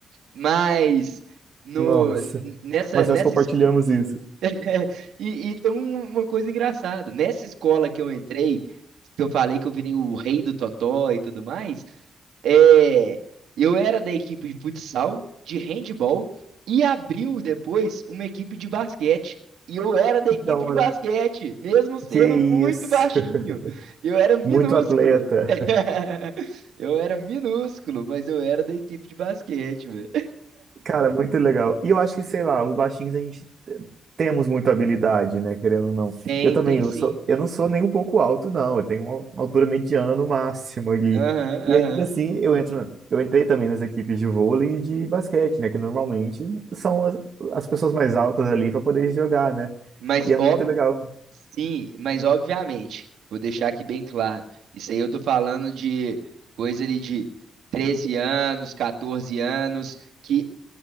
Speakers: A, on the right; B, on the right.
A: Mas no,
B: Nossa,
A: nessa,
B: mas
A: nessa
B: nós compartilhamos isso.
A: <laughs> E, e tem um, uma coisa engraçada. Nessa escola que eu entrei, que eu falei que eu virei o rei do totó e tudo mais, é, eu era da equipe de futsal, de handball, e abriu depois uma equipe de basquete. E eu era da
B: Que
A: equipe
B: da hora.
A: de basquete, mesmo sendo
B: Que
A: muito
B: isso.
A: baixinho.
B: <laughs>
A: Eu era minúsculo.
B: Muito atleta.
A: <laughs> Eu era minúsculo, mas eu era da equipe de basquete, velho.
B: Cara, muito legal. E eu acho que, sei lá, os baixinhos a gente eh, temos muita habilidade, né? Querendo ou não.
A: Tem,
B: Eu também,
A: tem
B: eu
A: sim.
B: sou, eu não sou nem um pouco alto, não. Eu tenho uma, uma altura mediana no máximo ali.
A: Aham,
B: E
A: aham.
B: ainda assim, eu entro, na- eu entrei também nas equipes de vôlei e de basquete, né? Que normalmente são as, as pessoas mais altas ali para poder jogar, né?
A: Mas
B: E é
A: óbvio.
B: muito legal.
A: Sim, mas obviamente, vou deixar aqui bem claro. Isso aí eu tô falando de coisa ali de 13 anos, 14 anos, que